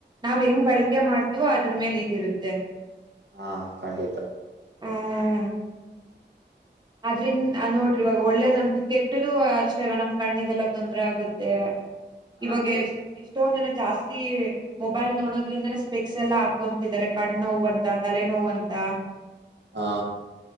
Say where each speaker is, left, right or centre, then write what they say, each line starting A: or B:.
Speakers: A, on the right; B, on the right.
A: ನಾವ್ ಹೆಂಗ್ ಬಳಕೆ ಮಾಡ್ ವೊ ಅದ್ರ ಮೇಲೆ ಇದಿರುತ್ತೆ
B: ಹಾ ಖಂಡಿತ
A: ಹ್ಮ್ ಅದ್ರಿಂದ ನೋಡ್ರಿ ಇವಾಗ ಒಳ್ಳೇದಂತ ಕೆಟ್ಟ್ದ ಅಷ್ಟೆಲ್ಲ ನಮ್ ಕಣ್ಣಿಗೆಲ್ಲ ತೊಂದ್ರ ಆಗುತ್ತೆ
B: ಹಾ
A: ಇವಾಗ ಎಷ್ ಎಷ್ಟೊಂದ್ ಜನ ಜಾಸ್ತಿ ಮೊಬೈಲ್ ನೋಡೋದ್ರೆ ಇಂದ ಸ್ಪೆಕ್ಸ್ ಎಲ್ಲಾ ಹಾಕೊಂತಿದ್ದಾರೆ ಕಣ್ಣು ನೋವ ಅಂತ ತಲೆ ನೋ ಅಂತ
B: ಹಾ